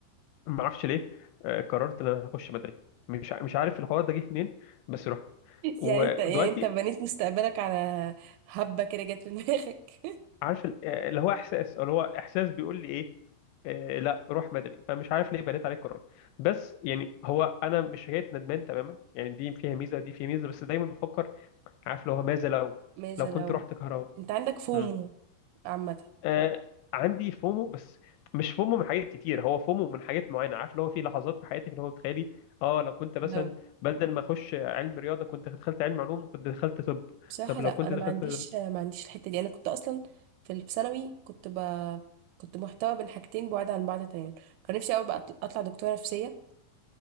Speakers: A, on the left (about 80°); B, on the right (about 85°).
A: ما اعرفش ليه آه، قررت ان انا هخش مدني مش ع- مش عارف الحوار ده جه منين بس رحت
B: <laughs>
A: ودلوقتي
B: يعني انت يعني انت بنيت مستقبلك على هبه كده جت في دماغك <laughs>
A: عارف ال- آه، اللي هو احساس اللي هو احساس بيقول لي ايه آه، لا روح مدني فمش عارف ليه بنيت عليه القرار بس يعني هو انا مش شايف ندمان تماما يعني دي فيها ميزه دي فيها ميزه بس دايما بفكر عارف لو ماذا لو
B: ماذا
A: لو كنت
B: لو
A: رحت كهرباء
B: انت عندك فومو
A: مم.
B: عامه
A: آه عندي فومو بس مش فومو من حاجات كتير هو فومو من حاجات معينه عارف اللي هو في لحظات في حياتك اللي هو بتخيلي اه لو كنت مثلا
B: لو
A: بدل ما اخش علم رياضه كنت دخلت علم علوم وكنت دخلت طب
B: بصراحه
A: طب لو
B: لا
A: كنت
B: انا
A: دخلت
B: ما عنديش ما عنديش الحته دي انا كنت اصلا في ال- في ثانوي كنت ب... كنت محتوى بين حاجتين بعاد عن بعض تماما كان نفسي قوي بقى أطل- اطلع دكتوره نفسيه